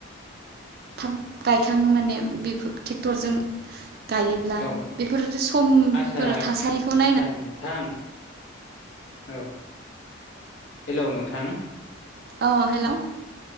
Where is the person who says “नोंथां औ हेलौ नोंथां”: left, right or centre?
Left